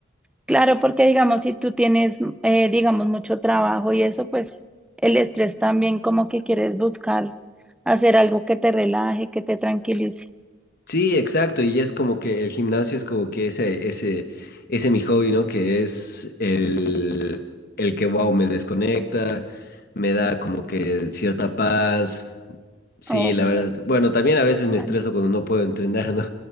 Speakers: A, in the centre; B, on the left.
A: Claro, porque digamos, si tú tienes, eh, digamos, mucho trabajo y eso, pues el estrés también como que quieres buscar hacer algo que te relaje, que te tranquilice.
B: Sí, exacto, y es como que el gimnasio es como que ese, ese, ese mi hobby, ¿no? Que es el, el que, wow, me desconecta, me da como que cierta paz. Sí,
A: Ok,
B: la verdad. Bueno, también a veces me
A: man.
B: estreso cuando no puedo entrenar, ¿no?